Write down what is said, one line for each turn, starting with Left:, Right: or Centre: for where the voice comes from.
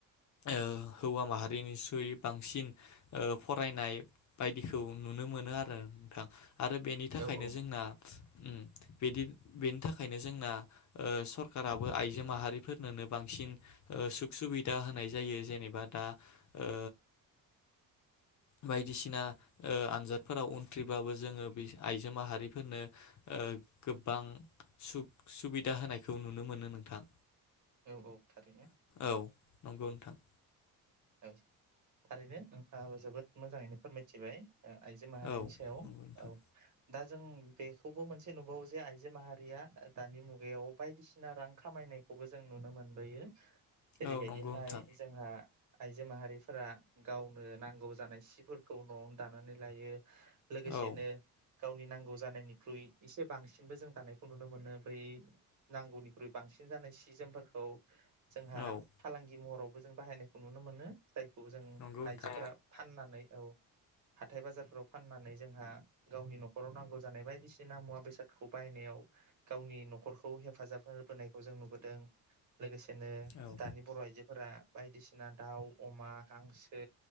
Left: ओ। हौवा माहारिनिस्रुयै बांसिन। फरायनाय बायदिखौ नुनो मोनो आरो। नोंथां। आरो बेनि थाखायनो
Right: औ औ
Left: जोंना। उ बिदि बेनि थाखायनो जोंना ओ सरकाराबो आइजो माहारिफोरनोनो बांसिन ओ सुख सुबिदा होनाय जायो जेनेबा दा। ओ। बायदिसिना ओ आनजादफोराव उनथ्रिबाबो जोङो आइजो माहारिफोरनो ओ गोबां सुग सुबिदा होनायखौ नुनो मोनो नोंथां।
Right: औ- औ- थारैनो।
Left: औ नंगौ नोंथां।
Right: औ थारैनो नों। आंबो जोबोद मोजाङैनो फोरमायथिबाय आइजो माहारिनि
Left: औ
Right: सायाव
Left: नंगौ नोंथां
Right: औ। दा जों बेखौबो मोनसे नुबावो जे आइजो माहारिया दानि मुगायाव बायदिसिना रां खामायनायखौबो जों नुनो मोनबोयो। जेरैबायदिहाय
Left: औ नंगौ नोंथां
Right: जोंहा। आइजो माहारिफोरा गावनो नांगौ जानाय सिफोरखौ न'आवनो दानानै लायो। लोगोसेनो
Left: औ
Right: गावनि नांगौ जानायनिख्रुइ एसे बांसिनबो जों दानायखौ नुनो मोनो बै नांगौनिख्रुइ बांसिन जानाय सि जोमफोरखौ। जोंहा
Left: औ
Right: फालांगि महराव। जों बाहायनाय। नुनो मोनो जाय। खौ जों
Left: नंगौ
Right: आइजोफोरा
Left: नोंथां
Right: फाननानै औ। हाथाय बाजारफोराव फाननानै जोंहा गावनि न'खराव नांगौ जानाय बायदिसिना मुवा बेसादखौ बायनायाव गावनि न'खरखौ हेफाजाब होबोनायखौ जों नुबोदों लोगोसे। बिदिनो
Left: औ
Right: दानि बर' आइजोफोरा। बायदि। बसिना दाउ अमा हांसो